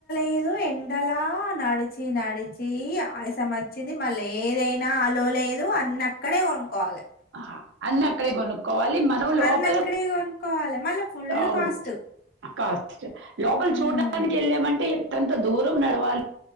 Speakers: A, on the left (about 50°); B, on the right (about 70°).
A: ఏదో ఎండలా నడిచి నడిచ్ హి ఆయాసం వచ్చింది. మళ్ళ ఏదైనా ఆలో లేదు అన్న అక్కడే కొనుక్కోవాలే.
B: ఆ అన్ అక్కడే గొనుక్కోవాలి మనం లోపలకు
A: అన్నక్కడే కొనుక్కోవాలె. మళ్ళా ఫుల్
B: అవును
A: కాస్ట్.
B: కాస్ట్ లోపల
A: హ్మ్.
B: చూడడానికి ఏళ్ళామంటే ఎట్ తంతా దూరం నడవాల్